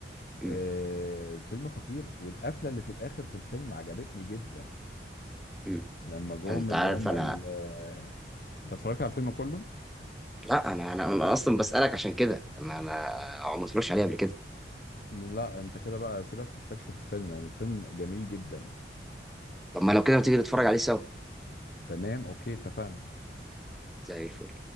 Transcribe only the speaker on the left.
آه،
الفيلم خطير والقفله اللي في الاخر في الفيلم عجبتني جدا
لما جم
اللي
هم
ال- آه، انت اتفرجت على الفيلم كله
لا انت كده بقى سيبك تستكشف الفيلم يعني الفيلم جميل جدا
تمام اوكي اتفقنا